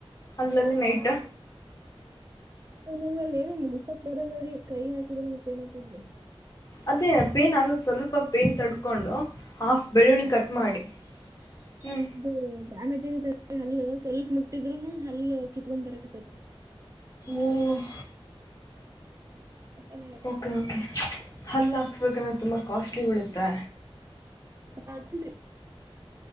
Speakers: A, on the left; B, on the right.
A: ಅಲ್ಲಲ್ಲಿ ನೈಟ್.
B: ಅಲ್ಲ ನಂಗ ಅಲ್ಲಿ ಏನು ಮುಟ್ಟಕ್ <unintelligible> ಕೈ <unintelligible> ಪೈನ್ ಆತಾದ್ರಿ.
A: ಅದೇ <unintelligible> ಆಗುತ್ಸ್ವಲ್ಪ ಪೈನ್ ತಡ್ಕೊಂಡು ಹಾಫ್ ಬೆಳ್ಳುಳ್ಳಿ
B: ನನಗೆ
A: ಕಟ್ ಮಾಡಿ. ಹ್ಞೂ
B: <unintelligible> ಡ್ಯಾಮೇಜ್ ಆಯ್ತದ್. <unintelligible> ಸ್ವಲ್ಪ ಮುಟ್ಟಿದ್ರುನು ಹಲ್ಲು ಕಿತ್ಕೊಂಡ್ ಬರಕತ್ತದ್ರಿ.
A: ಓ <unintelligible>
B: ಅಷ್ಟ ಪೇನ್ ಆಗ್ಯದ
A: ಓಕೆ ಓಕೆ. ಹಲ್ಲ ಹಾಕ್ಸ್ಬೇಕಂದ್ರೆ ತುಂಬಾ ಕಾಸ್ಟ್ಲಿ ಬೀಳುತ್ತೆ.
B: <inaudible>